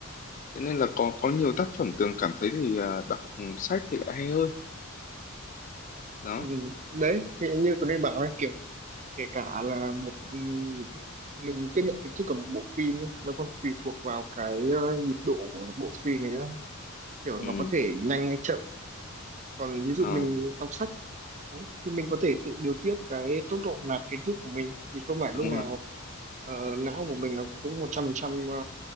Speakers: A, on the left; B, on the right.
A: thế nên là có có nhiều tác phẩm Tường cảm thấy thì ờ, đọc ừ, sách thì lại hay hơn đó
B: ừ, đấy thì như tôi đi bảo ấy, kiểu kể cả là một ừm, mình tiếp nhận cái chất của một bộ phim ấy, nó còn tùy thuộc vào cái ờ, nhịp độ của bộ phim này nữa kiểu
A: ừ
B: nó có thể nhanh hay chậm còn ví dụ
A: ờ,
B: mình đọc sách đấy, thì mình có thể tự điều tiết cái tốc độ nạp kiến thức của mình thì không phải
A: đúng
B: lúc nào
A: rồi
B: ờ, não của mình nó cũng một trăm phần trăm ờ,